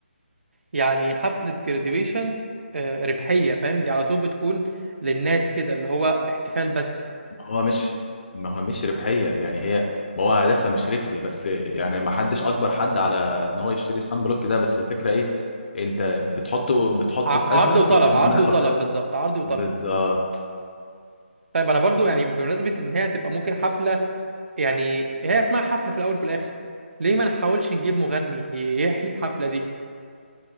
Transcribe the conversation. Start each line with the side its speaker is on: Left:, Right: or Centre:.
Right: يعني حفلة graduation آه، ربحية فاهم دي على طول بتكون للناس كده اللي هو احتفال بس
Left: هو مش ما هو مش ربحية يعني هي ما هو هدفها مش ربحي بس يعني ما حدش اجبر حد على ان هو يشتري الصن بلوك ده بس الفكرة ايه انت بتحطه بتحطه
Right: ع-
Left: في ازمة
Right: عرض وطلب
Left: من غير
Right: عرض
Left: ما ياخد
Right: وطلب
Left: بالك
Right: بالظبط عرض وطلب
Left: بالظبط
Right: طيب أنا برضو يعني بمناسبة إن هي هتبقى ممكن حفلة يعني هي اسمها حفلة في الأول وفي الآخر ليه ما نحاولش نجيب مغني يحيي الحفلة دي